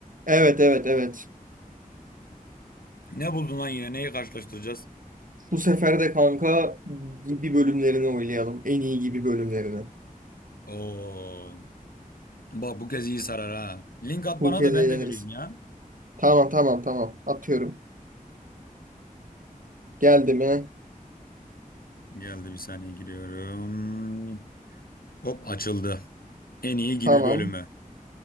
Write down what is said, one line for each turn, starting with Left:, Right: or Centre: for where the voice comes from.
Right: Evet evet evet.
Left: Ne buldun lan yine? Neyi karşılaştıracağız?
Right: Bu sefer de kanka gibi bölümlerini oynayalım. En iyi gibi bölümlerini.
Left: Oo. Bak bu kez iyi sarar ha. Link at
Right: Bu
Left: bana
Right: kez
Left: da ben
Right: eğleniriz.
Left: de göreyim ya.
Right: Tamam tamam tamam. Atıyorum. Geldi mi?
Left: Geldi bir saniye giriyorum. Hop açıldı. En iyi gibi
Right: Tamam.
Left: bölümü.